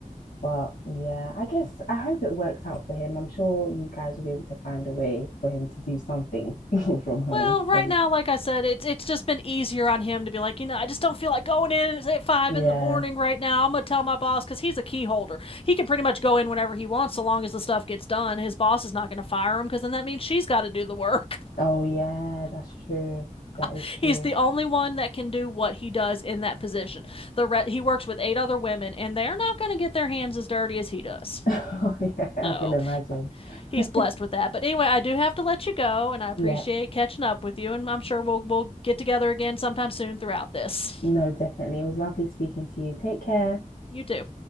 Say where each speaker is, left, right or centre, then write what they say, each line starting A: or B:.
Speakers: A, on the left (about 80°); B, on the left (about 40°).
A: But yeah, I guess I hope it works out for him. I'm sure you guys will be able to find a way for him to do something <laughs> from home.
B: Well, right
A: So
B: now, like I said, it's it's just been easier on him to be like, you know, I just don't feel like going in at five
A: yeah.
B: in the morning right now. I'm gonna tell my boss because he's a key holder. He can pretty much go in whenever he wants, so long as the stuff gets done. His boss is not gonna fire him because then that means she's got to do the work.
A: Oh yeah, that's true. That
B: <laughs>
A: is true.
B: He's the only one that can do what he does in that position. The re he works with eight other women, and they're not gonna get their hands as dirty as he does.
A: <laughs> Oh yeah, I
B: So
A: can imagine.
B: he's
A: <laughs>
B: blessed with that. But anyway, I do have to let you go, and I appreciate
A: Yeah,
B: catching up with you, and I'm sure we'll we'll get together again sometime soon throughout this.
A: no, definitely. It was lovely speaking to you. Take care.
B: You too.